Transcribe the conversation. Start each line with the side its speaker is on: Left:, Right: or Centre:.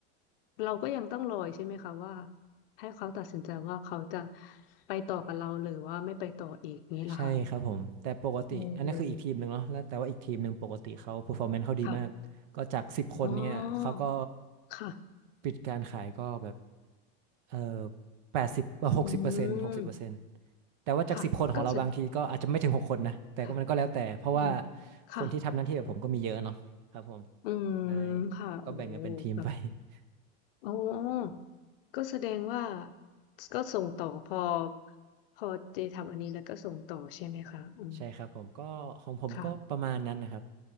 Left: เราก็ยังต้องรออีกใช่ไหมคะว่าให้เขาตัดสินใจว่าเขาจะไปต่อกับเราหรือว่าไม่ไปต่ออีกนี้ล่ะค่ะ
Right: ใช่ครับผมแต่ปกติอันนี้คืออีกทีมหนึ่งเนาะแล้วแต่ว่าอีกทีมหนึ่งปกติเขา
Left: อืม
Right: performance เขาดีมากก็จากสิบคนเนี่ยเขาก็
Left: ค่ะอ๋อค่ะ
Right: ปิดการขายก็แบบเอ่อแปดสิบหกสิบเปอร์เซ็นต์หกสิบเปอร์เซ็นต์
Left: อืม
Right: แต่ว่าจากสิบคนของเราบางทีก็อาจจะไม่ถึงหกคนนะแต่ก็มันก็แล้วแต่เพราะว่า
Left: ค่ะก็จะค่ะอืมค่ะ
Right: คนที่ทำหน้าที่แบบผมก็มีเยอะเนาะครับผม
Left: อืม
Right: ใช่
Left: ค่ะโอ้
Right: ก็แบ่งกันเป็นทีมไป
Left: แบบ
Right: <laughs>
Left: อ๋อก็แสดงว่าก็ส่งต่อพอ พอเจทำอันนี้แล้วก็ส่งต่อใช่ไหมคะอืม
Right: ใช่ครับผมก็ของผมก็ประมาณนั้นนะครับ
Left: ค่ะ